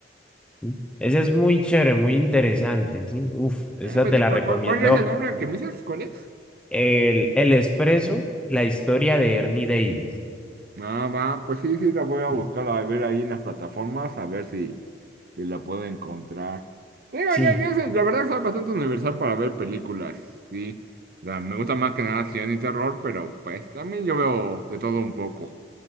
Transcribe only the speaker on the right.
Ah, pues,
sí,
¿cuál,
cuál- cuál es el nombre que me dices? ¿Cuál es?
Ah, va, pues sí, sí, la voy a
buscar a ver ahí en las plataformas, a ver si, si la puedo encontrar. Digo,
yo, yo sé, la verdad soy bastante universal para ver películas, sí. O sea, me gusta más que nada acción y terror, pero pues también yo veo de todo un poco.